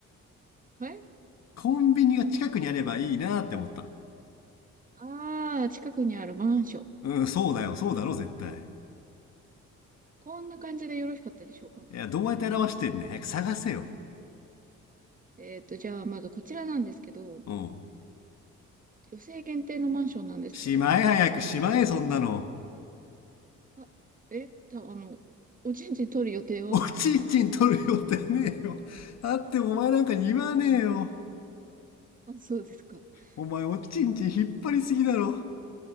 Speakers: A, on the right; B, on the left.
A: はい。
B: コンビニが近くにあればいいなって思ったの。
A: あー、近くにあるマンション。
B: うん、そうだよ、そうだろ、絶対。
A: こんな感じでよろしかったでしょうか
B: いや、どうやって表してんねん。早く探せよ。
A: えっと、じゃあ、まずこちらなんですけど、
B: うん。
A: 女性限定のマンションなんですけど、
B: しまえ早くしまえそんなの。
A: あ、え、た、あの、おちんちん取る予定は
B: おちんちん取る予定ねえよ。あってもお前なんかに言わねえよ。
A: あ、そうですか。<laughs>
B: お前おちんちん引っ張りすぎだろ。